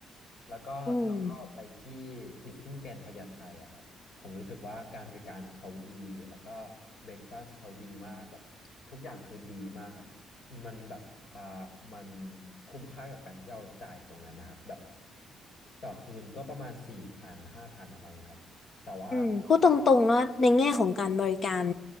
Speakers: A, on the left; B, on the left.
A: แล้วก็เราก็ไปที่
B: ำ อืม
A: อิสตินแกนพญาไทอะครับ ผมรู้สึกว่าการบริการเขาดี แล้วก็เบรกฟาสต์เขาดีมากแบบทุกอย่างคือดีมากครับมันแบบอ่ามันคุ้มค่ากับการที่เราจ่ายตรงนั้นนะครับแบบต่อคืนก็ประมาณสี่พันห้าพันอะไรเงี้ยครับแต่ว่าพอเรา
B: อืมพูดตรงๆแล้วในแง่ของการบริการ